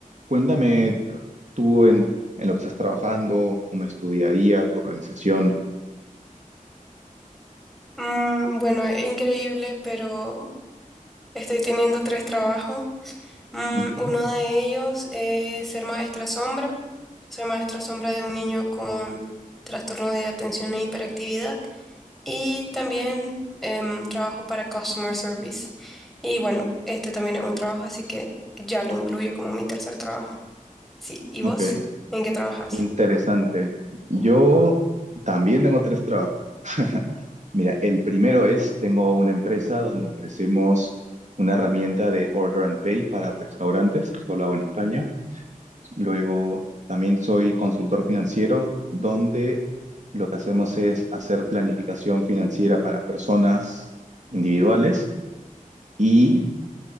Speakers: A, on the right; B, in the centre.
A: Cuéntame tú en, en lo que estás trabajando, cómo es tu día a día, tu organización.
B: Mm, bueno, eh, increíble, pero estoy teniendo tres trabajos. Mm,
A: Ujú,
B: uno de ellos es ser maestra sombra. Soy maestra sombra de un niño con trastorno de atención e hiperactividad. Y también em, trabajo para customer service. Y bueno, este también es un trabajo, así que ya lo incluyo como mi tercer trabajo. Sí, ¿y vos?
A: Ok,
B: ¿En qué trabajas?
A: interesante. Yo también tengo tres trabajos. <laughs> Mira, el primero es, tengo una empresa donde ofrecemos una herramienta de Order and Pay para restaurantes, esto lo hago en España. Luego, también soy consultor financiero, donde lo que hacemos es hacer planificación financiera para personas individuales y